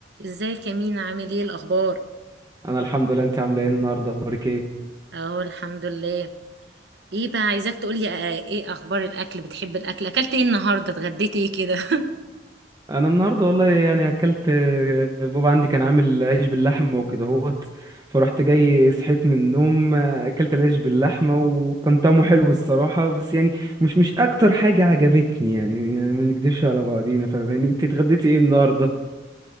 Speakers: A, on the right (about 70°); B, on the right (about 20°).
A: ازيك يا مينا عامل ايه الاخبار
B: انا الحمد لله انت عامله ايه النهارده اخبارك ايه
A: اهو الحمد لله ايه بقى عايزاك تقولي آه، ايه اخبار الاكل بتحب الاكل اكلت ايه النهارده اتغديت ايه كده <laughs>
B: انا النهارده والله يعني اكلت آه، بابا عندي كان عامل عيش باللحمه وكده هوت فرحت جاي صحيت من النوم آه، اكلت العيش باللحمه وكان طعمه حلو الصراحه بس يعني مش مش اكتر حاجه عجبتني يعني, يعني ما نكدبش على بعضينا فاهماني انت اتغديتي ايه النهارده